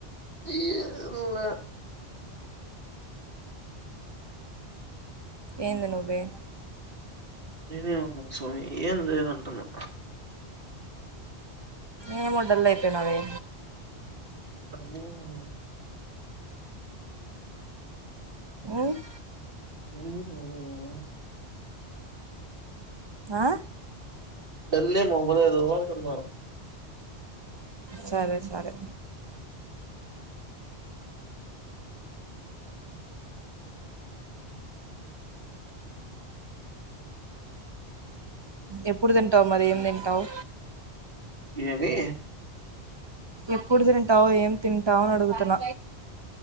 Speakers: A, on the right (about 55°); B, on the right (about 35°).
A: ఏం లే
B: ఏంది నువ్వే
A: నేనేేం అన్నాన్ స్వామి ఏం లేదంటున్నా
B: ఏమో డల్ అయిపోయినవే
A: <inaudible>
B: ఉమ్
A: <unintelligible> పోలేదా
B: ఆ
A: బేళ్లే మొగలేదు అంటున్న
B: సరే సరే ఎప్పుడు తింటావు మరి ఏం తింటావు?
A: ఏవీ
B: ఎప్పుడు తింటావు ఏం తింటావు అని అడుగుతున్న.